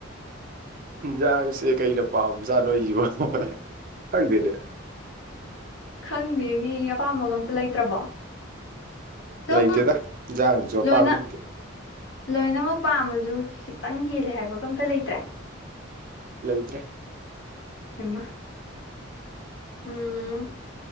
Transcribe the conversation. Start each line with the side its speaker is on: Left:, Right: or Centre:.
Right: ꯏꯟꯖꯥꯡꯁꯦ ꯀꯩꯅ ꯄꯥꯝꯖꯥꯠꯅꯣ ꯑꯩꯖꯤꯕꯣ ꯈꯪꯗꯦꯅꯦ
Left: ꯈꯪꯗꯦꯅꯦꯌꯦ ꯑꯄꯥꯝꯕꯒ ꯑꯝꯇ ꯂꯩꯇ꯭ꯔꯕꯣ ꯁꯨꯝ
Right: ꯂꯩꯇꯦꯗ ꯏꯟꯖꯥꯡꯗꯖꯨ ꯑꯄꯥꯝꯕ
Left: ꯂꯣꯏꯅ
Right: ꯂꯩꯇꯦ
Left: ꯂꯣꯏꯅꯃꯛ ꯄꯥꯝꯃꯁꯨ ꯈꯤꯇꯪ ꯍꯦꯜꯂꯦ ꯍꯥꯏꯕꯀ ꯑꯝꯇ ꯂꯩꯇ꯭ꯔꯦ
Right: ꯂꯩꯇ꯭ꯔꯦ
Left: ꯍꯩꯃꯥ ꯎꯝ